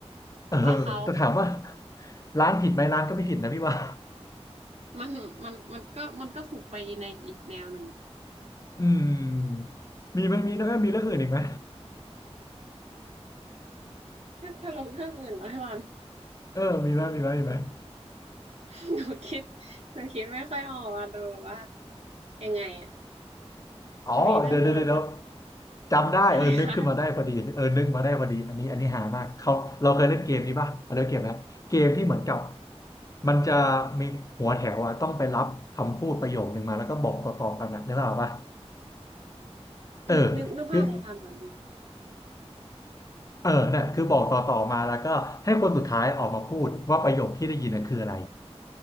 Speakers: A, on the left; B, on the right.
A: เออแต่ถามว่า
B: หรือว่าเขา
A: ร้านผิดไหมร้านก็ไม่ผิดนะพี่ว่า
B: มันมันมันก็มันก็ถูกไปในอีกแนวหนึ่ง
A: อืมมีไหมมีแล้วก็มีเรื่องอื่นอีกไหม
B: ถ้าลงเรื่องอื่นนะพี่บอล
A: เออมีไหมมีไหมมีไหม
B: <laughs> หนูคิดหนูคิดไม่ค่อยออกอะแต่แบบว่ายังไงอะ
A: อ๋อเดี๋ยวเดี๋ยวเดี๋ยว
B: มันมีเรื่องตลกอะไร
A: จำได้เออนึกขึ้นมาได้พอดีเออนึกมาได้พอดีอันนี้อันนี้หามากเขาเราเคยเล่นเกมนี้ป่ะเราเล่นเกมแล้วเกมที่เหมือนกับ
B: อะไรคะ
A: มันจะมีหัวแถวอ่ะต้องไปรับคำพูดประโยคหนึ่งมาแล้วก็บอกต่อๆกันนะนึกออกป่ะเออคือ
B: นึกนึกนึกภาพออกค่ะเหมือนเหมือน
A: เออเนี่ยคือบอกต่อๆมาแล้วก็ให้คนสุดท้ายออกมาพูดว่าประโยคที่ได้ยินน่ะคืออะไร